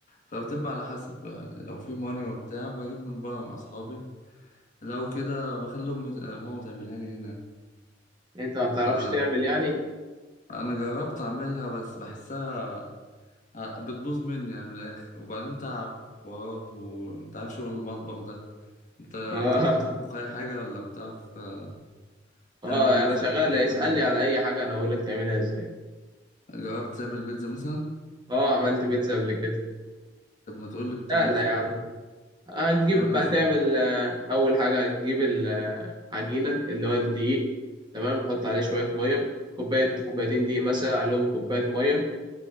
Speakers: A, on the left (about 45°); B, on the right (about 25°).
A: فبتبقى على حسب يعني لو في ماني وبتاع بجيب من بره مع اصحابي لو كده بخلي أم- ماما تعملها لي هنا
B: انت ما بتعرفش
A: آه،
B: تعمل يعني؟
A: انا جربت اعملها بس بحسها آه، بتبوظ مني يعني من الآخر وبعدين تعب حوارات وأنت عارف شغل المطبخ ده أنت
B: <laughs>
A: بتعرف تطبخ أي حاجة ولا بتعرف آه،
B: اه
A: تعمل بيتزا
B: اه يعني انا شغال
A: بتعرف
B: اسألني
A: تعمل حاجة
B: على اي حاجة انا اقول لك تعملها ازاي
A: جربت تعمل بيتزا مثلا
B: اه عملت بيتزا قبل كده
A: طب ما تقول لي بتعمل
B: لا لا
A: إزاي
B: يا عم
A: كده
B: هتجيب
A: بتعمل إزاي
B: هتعمل آه، أول حاجة هتجيب العجينة اللي هو الدقيق تمام تحط عليه شوية مية كوباية كوبايتين دقيق مثلا عليهم كوباية مية